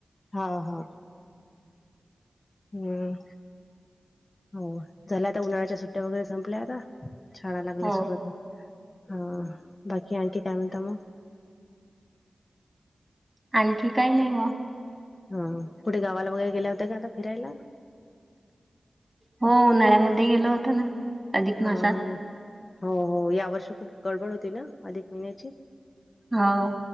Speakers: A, on the left; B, on the right.
A: हा हा, हम्म, होय झाल्या. आता उन्हाळ्याच्या सुट्टया वगैरे संपल्या आता. छाला लागल्या.
B: हो
A: सुरुवात हा बाकी आणखी काय म्हणता मग,
B: आणखी काय नाही ओ,
A: हा हा, कुठे गावाला वगैरे गेल्या होत्या, का आता फिरायला.
B: हो, उन्हाळ्यामध्ये गेलो होतो ना, अधिक
A: हा
B: मासात
A: हा, हो हो, या वर्षी खूप गडबड होती. ना अधिक महिन्याची
B: हो,